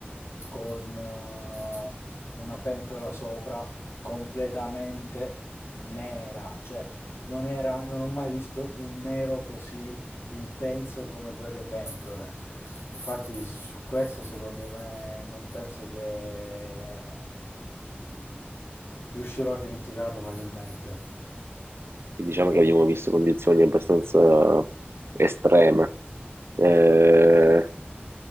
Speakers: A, on the left; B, on the right.
A: con eh, una pentola sopra completamente nera, cioè non era, non ho mai visto un nero così intenso come quelle pentole. Infatti su questo secondo me non penso che Riuscirò a dimenticarlo facilmente.
B: E diciamo
A: You can
B: che abbiamo visto condizioni abbastanza estreme. Eh,